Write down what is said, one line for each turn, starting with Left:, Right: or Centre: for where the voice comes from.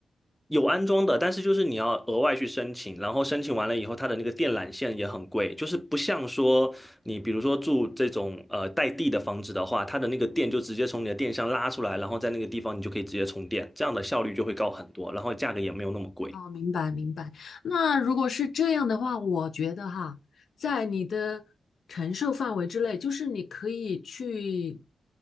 Centre: 有安装的，但是就是你要额外去申请，然后申请完了以后，它的那个电缆线也很贵，就是不像说你比如说住这种呃带地的房子的话，它的那个电就直接从你的电箱拉出来，然后在那个地方你就可以直接充电，这样的效率就会高很多，然后价格也没有那么贵。
Left: 哦，明白明白。那如果是这样的话，我觉得哈，在你的承受范围之内，就是你可以去